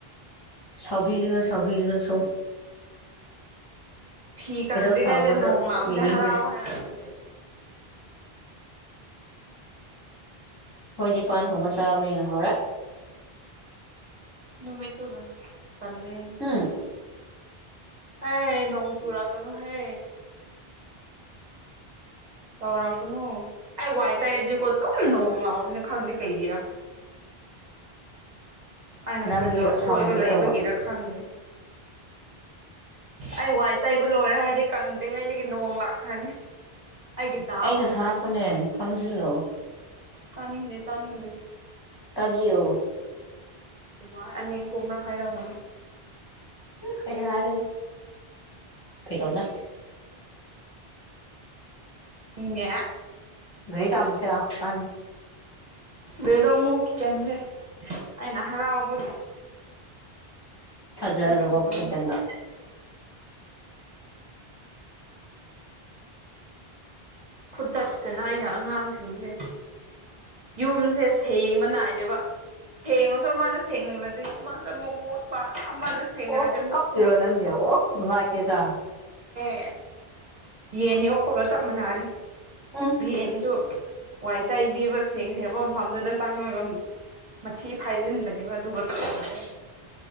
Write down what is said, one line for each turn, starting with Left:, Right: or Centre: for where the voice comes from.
Left: ꯁꯥꯎꯕꯤꯒꯅ‌ꯣ ꯁꯥꯎꯕꯤꯒꯅ‌ꯣ ꯁ‌ꯣꯝ
Right: ꯐꯤ ꯀꯪꯗ꯭ꯔꯤꯉꯩꯗ
Left: ꯁꯥꯎꯕꯗꯣ
Right: ꯅꯣꯡ ꯂꯥꯛꯄꯁꯦ
Left: ꯌꯦꯡꯅꯤꯡꯗ꯭ꯔꯦ
Right: ꯍꯔꯥꯎ ꯍꯥꯏꯔ ꯑꯗꯨꯗꯤ
Left: ꯈꯣꯏꯗꯤ ꯄꯥꯟ ꯊꯣꯡꯕ ꯆꯥꯕꯅꯤꯅ ꯍꯥꯎꯔꯦ
Right: ꯅꯨꯃꯤꯠꯇꯨꯒ ꯇꯜꯂꯦ
Left: <unintelligible>
Right: ꯍꯦ ꯅꯣꯡ ꯆꯔꯛꯀꯅꯨ ꯍꯦ ꯇꯧꯔꯛꯀꯅꯨ ꯑꯩ ꯋꯥꯏ ꯇꯩꯔꯗꯤꯀꯣ ꯑꯗꯨꯝ ꯅꯣꯡ ꯂꯥꯛꯄꯅꯦ ꯈꯪꯗꯦ ꯀꯩꯒꯤꯔ ꯑꯩꯅ
Left: ꯅꯪꯗꯣ
Right: ꯀꯔꯤ ꯑꯁꯣꯏꯕ
Left: ꯁꯥꯎꯍꯟꯒꯦ
Right: ꯂꯩꯕꯒꯤꯔ
Left: ꯇꯧꯕ
Right: ꯈꯪꯗꯦ ꯑꯩ ꯋꯥꯏ ꯇꯩꯕ ꯂꯣꯏꯔꯦ ꯍꯥꯏꯔꯗꯤ ꯀꯪꯗ꯭ꯔꯤꯉꯩꯗꯒꯤ ꯅꯣꯡ ꯂꯥꯛꯈ꯭ꯔꯅꯤ ꯑꯩꯒꯤ ꯗꯥꯎ
Left: ꯑꯩꯅ
Right: ꯍꯥꯏꯁꯦ
Left: ꯊꯥꯔꯛꯄꯅꯦ ꯈꯪꯖꯤꯜꯂꯣ
Right: ꯇꯥꯅꯤꯡꯗꯦ ꯇꯥꯅꯤꯡꯗꯦ
Left: ꯇꯥꯕꯤꯌ‌ꯣ
Right: ꯑꯗꯨꯃꯥꯏ ꯑꯅꯤ ꯑꯍꯨꯝꯂꯛ ꯍꯥꯏꯔꯥꯒꯅꯣ
Left: ꯀꯩꯩ ꯍꯥꯏꯒꯅꯤ ꯀꯩꯗꯧꯅꯥ
Right: <unintelligible>
Left: ꯒꯥꯔꯤ ꯆꯥꯝꯃꯨꯁꯦ ꯂꯥꯎ ꯀꯥꯟꯅꯗꯦ
Right: ꯔꯦꯗꯣ ꯑꯃꯨꯛ ꯆꯦꯟꯖꯦ ꯑꯩꯅ ꯍꯔꯥꯎꯕꯒꯤ
Left: ꯐꯖꯔꯕꯣ
Right: ꯊꯝꯃꯦ
Left: ꯀꯤꯠꯆꯟꯗꯣ
Right: ꯐꯨꯗꯠꯇꯅ ꯑꯩꯅ ꯑꯉꯥꯡꯁꯤꯡꯁꯦ ꯌꯨꯝꯁꯦ ꯁꯦꯡꯕ ꯅꯥꯏꯗꯦꯕ ꯁꯦꯡꯉꯁꯨ ꯑꯃꯗ ꯁꯦꯡꯂꯗꯤ ꯑꯃꯗꯃꯨꯛ ꯃꯣꯠꯄ ꯑꯃꯗ ꯁꯦꯡꯉꯔꯗꯤ
Left: ꯑꯣ
Right: ꯑꯃꯨꯛ
Left: ꯀꯄꯤꯔꯣ
Right: ꯃꯣꯠꯄ
Left: ꯅꯪꯖꯦ ꯑꯣ ꯅꯨꯡꯉꯥꯏꯇꯦꯗ
Right: <unintelligible> ꯌꯦꯟ ꯌꯣꯛꯄꯒ ꯆꯞ ꯃꯥꯟꯅꯔꯦ
Left: ꯎꯝ
Right: ꯌꯦꯟꯁꯨ ꯋꯥꯢ ꯇꯩꯕꯤꯕ ꯁꯦꯡ ꯁꯦꯡꯕ ꯃꯐꯝꯗꯗ ꯆꯪꯉꯛꯑꯒ ꯃꯊꯤ ꯐꯥꯏꯖꯤꯟꯕꯅꯦꯕ ꯑꯗꯨꯒ ꯃꯥꯟꯅꯔꯦ